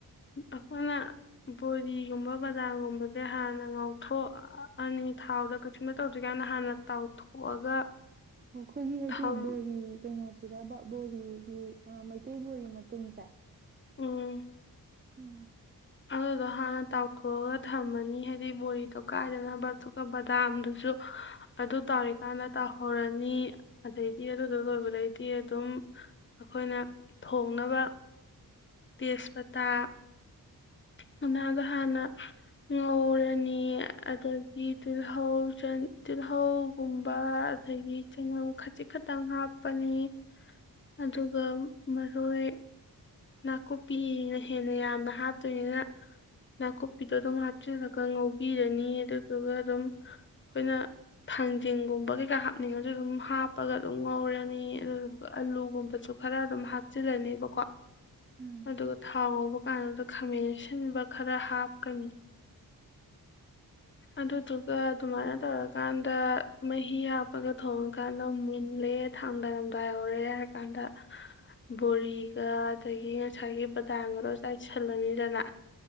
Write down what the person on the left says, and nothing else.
ꯑꯩꯈꯣꯏꯅ ꯕꯣꯗꯤꯒꯨꯝꯕ ꯕꯗꯥꯝꯒꯨꯝꯕ ꯑꯃꯗꯤ ꯍꯥꯟꯅ ꯉꯥꯎꯊꯣꯛꯑ ꯑꯅꯤ ꯊꯥꯎꯗ ꯀꯩꯁꯨꯨꯝꯃ ꯇꯧꯗ꯭ꯔꯤꯀꯥꯟꯗ ꯍꯥꯟꯅ ꯇꯥꯎꯊꯣꯛꯑꯒ
ꯊꯝ
ꯎꯝ
ꯑꯗꯨꯗꯣ ꯍꯥꯟꯅ ꯇꯥꯎꯊꯣꯛꯑꯒ ꯊꯝꯃꯅꯤ ꯍꯥꯏꯗꯤ ꯕꯣꯔꯤ ꯀꯥꯏꯗꯅꯕꯔ ꯇ ꯀ ꯗꯥꯝꯗꯨꯁꯨ ꯑꯗꯨ ꯇꯧꯔꯤꯀꯥꯟꯗ ꯇꯧꯍꯧꯔꯅꯤ ꯑꯗꯩꯗꯤ ꯑꯗꯨꯗ ꯂꯣꯏꯕꯗꯩꯗꯤ ꯑꯗꯨꯝ ꯑꯩꯈꯣꯏꯅ ꯊꯣꯡꯅꯕ ꯇꯦꯖꯄꯇꯥ ꯃꯅꯥꯗ ꯍꯥꯟꯅ ꯉꯧꯔꯅꯤ ꯑꯗꯒꯤ ꯇꯤꯜꯍꯧ ꯇꯤꯜꯍꯧꯒꯨꯝꯕ ꯑꯗꯒꯤ ꯆꯪꯉꯝ ꯈꯖꯤꯛ ꯈꯛꯇꯪ ꯍꯥꯞꯄꯅꯤ ꯑꯗꯨꯒ ꯃꯔꯣꯏ ꯅꯥꯀꯨꯞꯄꯤꯅ ꯍꯦꯟꯅ ꯌꯥꯝꯅ ꯍꯥꯞꯇꯣꯏꯅꯤꯅ ꯅꯥꯀꯨꯞꯄꯤꯗꯣ ꯑꯗꯨꯝ ꯍꯥꯞꯆꯤꯜꯂꯒ ꯉꯧꯕꯤꯔꯅꯤ ꯑꯗꯨꯗꯨꯒ ꯑꯗꯨꯝ ꯑꯩꯈꯣꯏꯅ ꯊꯥꯡꯖꯤꯡꯒꯨꯝꯕ ꯀꯩꯀꯥ ꯍꯥꯞꯅꯤꯡꯉꯁꯨ ꯑꯗꯨꯝ ꯍꯥꯞꯄꯒ ꯑꯗꯨꯝ ꯉꯧꯔꯅꯤ ꯑꯗꯨꯗꯨꯒ ꯑꯂꯨꯒꯨꯝꯕꯁꯨ ꯈꯔ ꯑꯗꯨꯝ ꯍꯥꯞꯆꯤꯜꯂꯅꯤ ꯣ
ꯑꯗꯨꯒ ꯊꯥꯎ ꯉꯧꯕ ꯀꯥꯟꯗ ꯈꯥꯃꯦꯟ ꯑꯁꯤꯟꯕ ꯈꯔ ꯍꯥꯞꯀꯅꯤ ꯑꯗꯨꯗꯨꯒ ꯑꯗꯨꯃꯥꯏꯅ ꯇꯧꯔꯀꯥꯟꯗ ꯃꯍꯤ ꯍꯥꯞꯄꯒ ꯊꯣꯡꯉꯀꯥꯟꯗ ꯃꯨꯜꯂꯦ ꯊꯥꯡꯗꯥꯏꯔꯝꯗꯥꯏ ꯌꯥꯧꯔꯦ ꯍꯥꯏꯔꯀꯥꯟꯗ ꯕꯣꯔꯤ ꯑꯗꯒꯤ ꯉꯁꯥꯏꯒꯤ ꯕꯗꯥꯡꯒꯗꯣ ꯆꯥꯏꯁꯤꯜꯂꯅꯤꯗꯅ